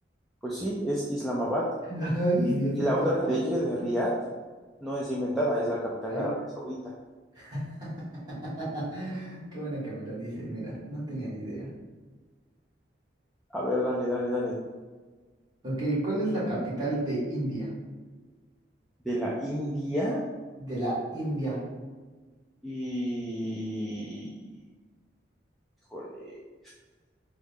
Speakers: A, in the centre; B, on the right.
A: Pues sí, es Islamabad.
B: <laughs> Ay, Diosito
A: Y la otra
B: santo.
A: que te dije de Riad no es inventada, es la capital
B: Ay.
A: de Arabia Saudita.
B: <laughs> Qué bueno que me lo dices, mira, no tenía ni idea.
A: A ver, dale, dale, dale.
B: Ok, ¿cuál es la capital de India?
A: De la India
B: De la India.
A: y... Híjole.